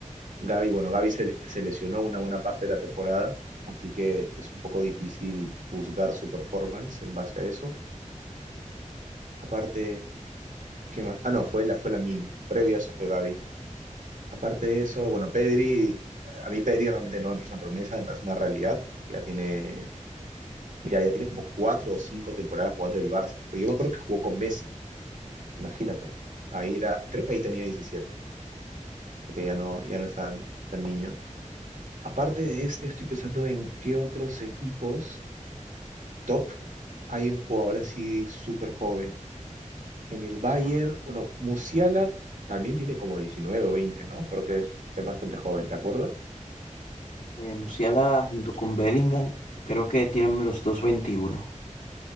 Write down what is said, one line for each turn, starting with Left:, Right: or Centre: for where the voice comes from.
Right: Gavi, bueno, Gavi se, se lesionó una buena parte de la temporada, así que es un poco difícil juzgar su performance en base a eso. Aparte, ¿qué más? Ah, no, fue la, fue Min, Previo a eso fue Gavi. Aparte de eso, bueno, Pedri, a mí Pedri realmente no me parece una promesa, me parece una realidad. Ya tiene, mira, ya tiene como cuatro o cinco temporadas jugando en el Barça. Porque yo me acuerdo que jugó con Messi. Imagínate. Ahí era, creo que ahí tenía 17, porque ya no, ya no es tan, tan niño. Aparte de este, estoy pensando en qué otros equipos top hay un jugador así súper joven. En el Bayern, bueno, Musiala también tiene como 19, o 20, ¿no? Creo que es, es bastante joven, ¿te acuerdas?
Left: Eh, Musiala junto con Bellingham, creo que tienen los dos 21.